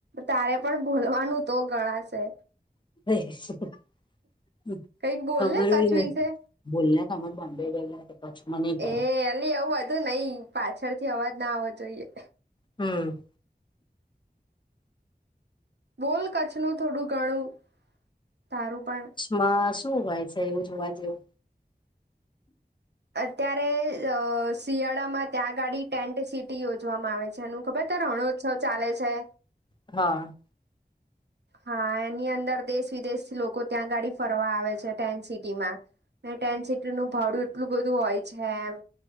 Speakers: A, on the right (about 85°); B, on the left (about 30°).
A: તારે પણ બોલવાનું તો ગણાશે.
B: હ શ હ <unintelligible>
A: કઈક બોલ
B: ખબર
A: ને કચ્છ
B: હોય નહિ.
A: વિશે
B: બોલને અમાર બોમ્બે ગયલા તો કછમા નહી ગયા.
A: એ એલી આવું નહી પાછળથી અવાજ ના આવવો જોઈએ.
B: હમ.
A: બોલ કચ્છનું થોડું ઘણું તારું પણ.
B: માં શું હોય છે એવું જોવા જેવુ.
A: અત્યારે શિયાળામાં માં ત્યાં ગાડી ટેન્ટ સિટી યોજવામાં આવે છે એનું ખબર છે રણોત્સવ ચાલે છે?
B: હા.
A: હા એની અંદર દેશ વિદેશથી લોકો ત્યાં ગાડી ફરવા આવે છે ટેન્ટ સિટીમાં. ત્યા ટેન્ટ સીટીનુ ભાડું એટલું બધું હોય છે એમ.